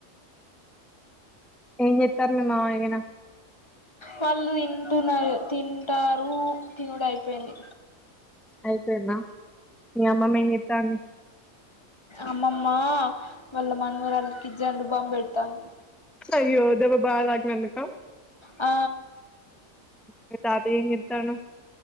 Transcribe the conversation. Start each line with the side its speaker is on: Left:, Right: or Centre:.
Centre: ఏం చెత్తారు మీ మాయ్య కదా
Left: వాళ్ళు తింటున్నారు తింటారు తినుడు అయి పలి
Centre: ఆయిపోయిందా మీ అమ్మఅమ్మ ఏం చేత్తాంది
Left: అమ్మమ్మా వాళ్ళ మనవరాళకి జండు బామ్ పెడతాంది
Centre: అయో దెబ్బ బాలగ్ నందుకా
Left: ఆ
Centre: మీ తాతయ్య ఏం జేత్తాండు?